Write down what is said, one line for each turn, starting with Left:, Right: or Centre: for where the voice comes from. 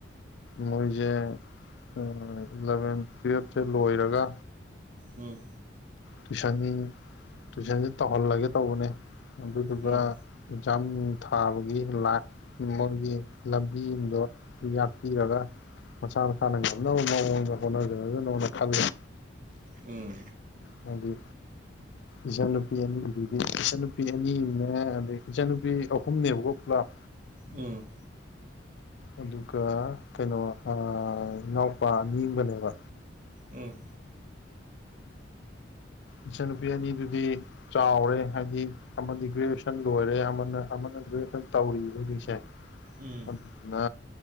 Left: ꯃꯣꯏꯁꯦ ꯑ ꯏꯂꯚꯦꯟ ꯇꯨꯋꯦꯜꯐ ꯇꯤ ꯂꯣꯏꯔꯒ
Right: ꯎꯝ
Left: ꯇꯨꯏꯁꯟ ꯇꯨꯏꯁꯟꯁꯤ ꯇꯧꯍꯜꯂꯒꯦ ꯇꯧꯕꯅꯦ ꯑꯗꯨꯗꯨꯒ
Right: ꯎꯝ
Left: ꯑꯦꯛꯖꯥꯝ ꯒꯨꯝꯕ ꯊꯥꯕꯒꯤ ꯂꯥꯛ ꯃꯣꯏꯒꯤ ꯂꯝꯕꯤꯗꯣ ꯌꯥꯠꯄꯤꯔꯒ ꯃꯁꯥ ꯃꯁꯥꯅ ꯉꯝꯅꯕ ꯃꯑꯣꯡꯗ ꯍꯣꯠꯅꯖꯔꯖꯅꫭ ꯅ ꯈꯜꯂ‌ꯦ꯫
Right: ꯎꯝ꯫
Left: ꯍꯥꯏꯗꯤ꯫ ꯏꯆꯟꯅꯨꯄꯤ ꯑꯅꯤꯗꯨꯗꯤ ꯏꯆꯟꯅꯨꯄꯤ ꯑꯅꯤꯅꯦ ꯑꯗꯩ ꯏꯆꯟꯅꯨꯄꯤ ꯑꯍꯨꯝꯅꯦꯕꯀꯣ ꯄꯨꯂꯞ꯫
Right: ꯎꯝ꯫
Left: ꯑꯗꯨꯒ ꯀꯩꯅꯣ ꯏꯅꯥꯎꯄꯥ ꯑꯅꯤꯝꯒꯅꯦꯕ꯫
Right: ꯎꯝ꯫
Left: ꯏꯆꯟꯅꯨꯄꯤ ꯑꯅꯤꯗꯨꯗꯤ ꯆꯥꯎꯔꯦ ꯍꯥꯏꯗꯤ ꯑꯃꯗꯤ ꯒ꯭ꯔꯦꯖꯣꯁꯟ꯫ ꯂꯣꯏꯔꯦ ꯑꯃꯅ ꯑꯃꯅ ꯒꯦꯖꯣꯁꯟ ꯇꯧꯔꯤꯑꯦꯕ ꯍꯧꯖꯤꯛꯁꯦ꯫
Right: ꯎꯝ
Left: ꯑꯗꯨꯗꯨꯅ